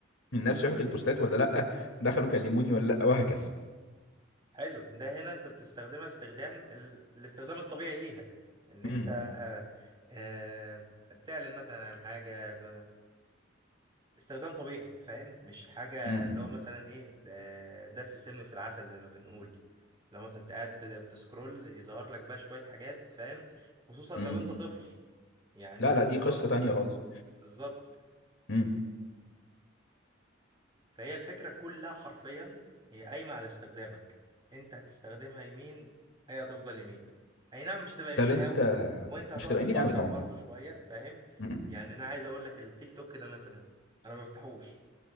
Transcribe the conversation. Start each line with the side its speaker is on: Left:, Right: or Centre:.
Left: الناس شافت البوستات ولا لأ دخلوا كلموني ولا لأ وهكذا
Right: حلو ده هنا انت بتستخدمها استخدام ال... الاستخدام الطبيعي ليها ان انت
Left: امم
Right: آه، آه، بتعلن مثلا عن حاجة ب... استخدام طبيعي فاهم مش حاجة
Left: امم
Right: اللي هو مثلا ايه ده دس سم في العسل زي ما بنقول لو مثلا انت قاعد بت- بتسكرول يظهر لك بقى شوية حاجات فاهم خصوصا لو
Left: امم
Right: انت طفل يعني
Left: لا لا
Right: هم
Left: دي قصة
Right: برضو
Left: تانية خالص
Right: بالظبط
Left: امم
Right: فهي الفكرة كلها حرفيا هي قايمة على استخدامك انت هتستخدمها يمين هي هتفضل يمين اي نعم مش هتبقى يمين
Left: طب أنت
Right: قوي وانت هتقعد
Left: مش هتبقى
Right: تفلتر
Left: يمين قوي طبعا
Right: برضو شوية فاهم
Left: امم
Right: يعني انا عايز اقول لك التيك توك ده مثلا انا ما بفتحوش